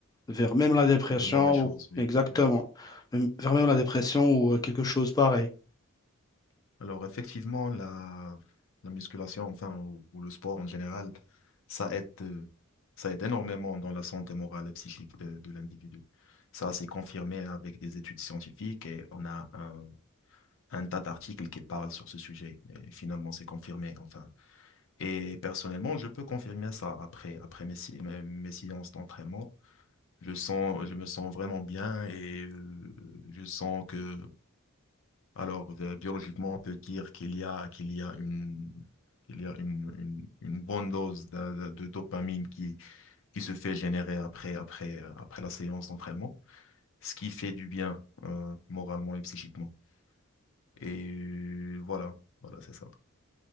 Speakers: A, on the left; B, on the left.
A: vers même la dépression
B: De mauvaises choses,
A: ou
B: oui.
A: exactement,
B: oui.
A: même- vers même la dépression ou euh, quelque chose pareil.
B: Alors effectivement, la, la musculation, enfin, ou, ou le sport en général, ça aide, euh, ça aide énormément dans la santé morale et psychique de, de l'individu. Ça, c'est confirmé avec des études scientifiques et on a un un tas d'articles qui parlent sur ce sujet. Et finalement, c'est confirmé, enfin. Et personnellement, je peux confirmer ça après, après mes, si- mes, mes séances d'entraînement. Je sens, je me sens vraiment bien et euh, je sens que, alors, euh, biologiquement, on peut dire qu'il y a, qu'il y a une, qu'il y a une, une, une bonne dose de, de- de dopamine qui, qui se fait générer après, après, euh, après la séance d'entraînement, ce qui fait du bien, euh, moralement et psychiquement. Et euh, voilà, voilà, c'est ça.